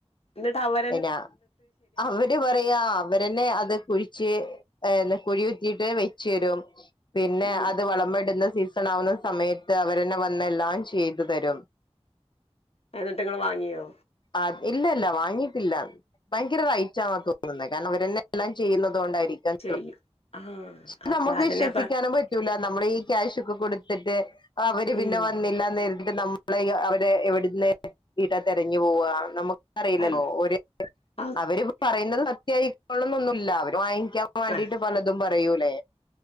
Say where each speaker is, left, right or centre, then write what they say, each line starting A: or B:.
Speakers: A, on the left (about 60°); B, on the left (about 45°).
A: ഇന്നിട്ട് അവൻ.
B: എന്നാ അവര് പറയാ. അവരെന്നെ അത് കുഴി വെച്ച് തരും. പിന്നെ
A: ഉം
B: അത് വളമ്മെടുന്ന സീസ ണാവുന്ന സമയത്ത് അവരന്നെ വന്ന് എല്ലാം ചെയ്തു തരും.
A: ഷന്നിട്ട് നിങ്ങള് വാങ്ങിയോ.
B: ആഹ്. ഇല്ല ഇല്ല വാങ്ങീ ട്ടില്ല. ഭയങ്കര റൈറ്റാന്ന തോന്നുന്നെ. കാര്ണം ഇവരെന്നെ എല്ലാം ചെയ്യുന്നുന്നത് കൊണ്ടായിരിക്കും
A: ചെയ്യും ആഹ്
B: പ്പെ
A: അപ്പൊ
B: നമുക്ക്
A: അതിനപ്പ
B: വിശ്വസിക്കാനും പറ്റ് നമ്മെളെ ഈ ക്യാഷ് ഒക്കെ കൊടുത്തിട്ട് അവര് പിന്നെ
A: ഉം
B: വന്നില്ല. റട്ട് നമ്മ അവരെ എവിട്ന്ന്ട്ടാ തെരഞ്ഞു പോവാ. നമുക്ക് അറിയില്ലല്ലോ
A: അത്
B: ഒരു
A: അത്
B: അവര് പറയുന്നത് സത്യായിക്കന്നൊന്നു ഇല്ല. അവര് വാങ്ങിക്കാൻ വേണ്ടീട്ട്
A: ആഹ്
B: പലതും പറയൂലേ.